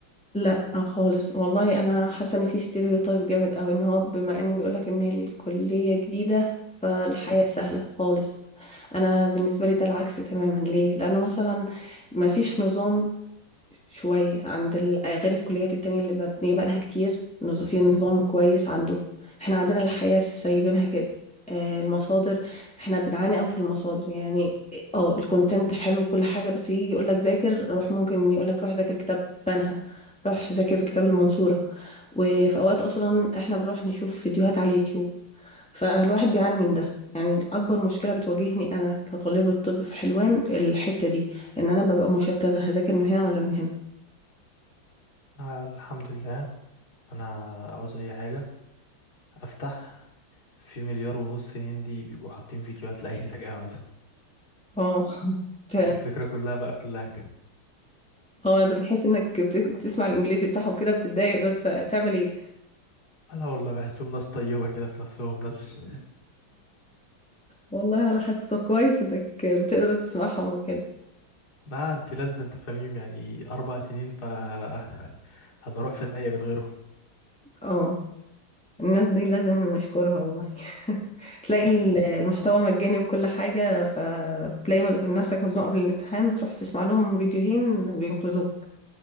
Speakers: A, in the centre; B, on the left.
A: لا خالص والله انا حاسة ان في ستيريوتايب جامد اوي ان هو بما ان بيقولك ان الكلية جديدة فالحياة سهلة خالص انا بالنسبة لي ده العكس تماما ليه لانه مثلا ما فيش نظام شوية عند ال... آه، غير الكليات التانية اللي مبنية بقالها كتير نظ- في نظام كويس عندهم احنا عندنا الحياة سايبينها كده آه، المصادر احنا بنعاني قوي في المصادر يعني اه الكونتنت حلو وكل حاجة بس يجي يقولك ذاكر روح ممكن يقولك روح ذاكر كتاب بنها روح ذاكر كتاب المنصورة وفي اوقات اصلا احنا بنروح نشوف فيديوهات على اليوتيوب فالواحد بيعاني من ده يعني اكبر مشكلة بتواجهني انا كطالبة طب في حلوان الحتة دي ان انا ببقى مشتتة هذاكر من هنا ولا من هنا
B: آه الحمد لله أنا عاوز أي حاجة أفتح في مليار ونص هندي بيبقوا حاطين فيديوهات لأي حاجة عاوزها
A: اه ت-
B: الفكرة كلها بقى في اللهجة
A: اه انت بتحس انك بت- بتسمع الانجليزي بتاعهم كده بتتضايق بس تعمل ايه
B: أنا والله بحسهم ناس طيبة كده في نفسهم ناس
A: والله على حسب طب كويس انك بتقدر تسمعهم وكده
B: لا انت لازم تفهميهم يعني اربع سنين ف <laughs> هنروح في داهية من غيره
A: اه الناس دي لازم نشكرها والله <laughs> تلاقي ال- المحتوى مجاني وكل حاجة فتلاقي نفسك مزنوق قبل الامتحان تروح تسمع لهم فيديوهين بينقذوك